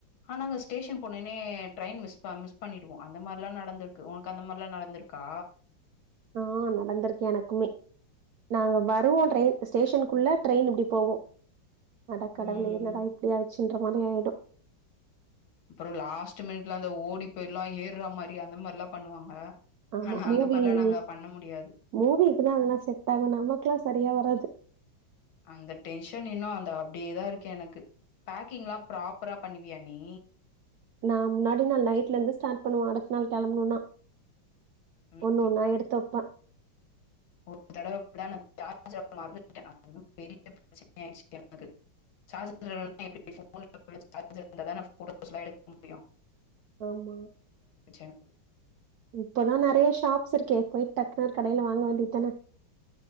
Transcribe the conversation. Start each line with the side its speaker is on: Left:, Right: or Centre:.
Left: ஆனா அங்க ஸ்டேஷேன் போனனே ட்ரேயின் மிஸ் ப மிஸ் பண்ணிடுவோம் அந்த மா லாம் நடந்துருக்கு உனக்கு அந்த மாரிலா நடந்துருக்கா
Right: ஆ நடந்துருக்கு எனக்குமே நாங்க வருவோம் ட்ரெயின் ஸ்டேஷன்குள்ள ட்ரெயின் இப்டி போகும் அட கடவுளே
Left: ம்.
Right: என்னடா இப்டி ஆயிட் ச்சுன்ற மாதிரி ஆயிடும்
Left: அப்பறம் லாஸ்ட் மினிட்ல அந்த ஓடி போயி எல்லாம் ஏற்ற மாரி அந்த மாரிலாம் பண்ணுவாங்க
Right: ஆமா
Left: ஆனா
Right: மூவிஸ்
Left: அந்த மாரிலாம் நாங்க பண்ண முடியாது.
Right: மூவிக்குதா அதெல்லா செட் ஆகும் நமக்குகெல்லா சரியா வராது
Left: அந்த டென்ஷன் இன்னும் அந்த அப்படியேதா இருக்கு எனக்கு பேக்கிங் எல்லாம் ப்ராப்பரா பண்ணுவியா நீ
Right: நா முன்னாடி நாள் நைட்லந்து ஸ்டார்ட் பண்ணுவோ அடுத்த நாள் கெளம்பணுனா
Left: ம்.
Right: ஒண்ணு ஒண்ணா எடுத்து வப்பே
Left: ஒரு தடவ இப்டிதா நா சார்ஜர மறந்துட்ட அது <inaudible> பெரிய ப்ரச்சன ஆயிச்சி எனக்கு சார்ஜர் இல்லனா எப்டி ஃபோன்ல <inaudible> சார்ஜர் இருந்தா தான நா ஃபோட்டோஸ்லா எடுக்க முடியு
Right: ஆமா
Left: எனக்கு
Right: இப்பதா நெறைய ஷாப்ஸ் இருக்கே போயிட் டக்குனு ஒரு கடைல வாங்க வேண்டியத் தான